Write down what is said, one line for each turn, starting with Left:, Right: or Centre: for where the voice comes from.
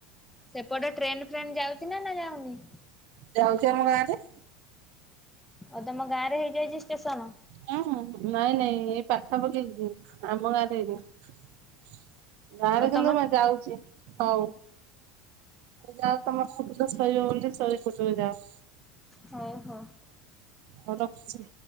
Centre: ସେପଟେକ୍ରେନ ଫ୍ରେନ୍ ଯାଉଛି ନା ନା ଯାଉନି
Right: ଯାଉଛି ଆମ ଗାଁ ରେ
Centre: ଆଉ ତମ ଗାଁ ରେ ହେଇଯାଇଛି ଷ୍ଟେସନ
Right: ହୁ ନାଇଁ ନାଇଁ ଏଇ ପାଖା ପକେଇଛି ଆମ ଗାଁରେ ହେଇନି ଗାଁରେ
Centre: ଆଉ
Right: କିନ୍ତୁ
Centre: ତମ
Right: ମୁ ଯାଉଛି ହଉ ଯାଅ ତମ କଟ ସରିବ ବୋଲି ଶ କଟକୁ ଯାଅ
Centre: ହଉ ହଉ।
Right: ହଉ ରଖୁଛି।